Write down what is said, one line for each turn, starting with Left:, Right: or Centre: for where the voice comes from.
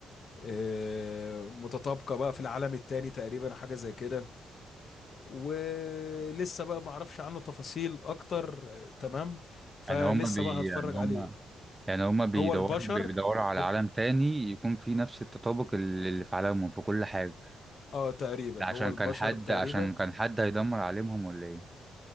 Left: آه، متطابقه بقى في العالم التاني تقريبا حاجه زي كده ولسه بقى ما اعرفش عنه تفاصيل اكتر آه، تمام فلسه
Right: يعني هما بي
Left: بقى هتفرج
Right: يعني هما
Left: عليه
Right: يعني هما بيدوروا
Left: هو البشر
Right: بيدوروا على
Left: هم
Right: عالم تاني يكون فيه نفس التطابق ال- اللي في عالمهم في كل حاجة
Left: اه تقريبا
Right: ده عشان
Left: هو البشر
Right: كان حد
Left: تقريبا
Right: عشان كان حد هيدمر عالمهم ولا ايه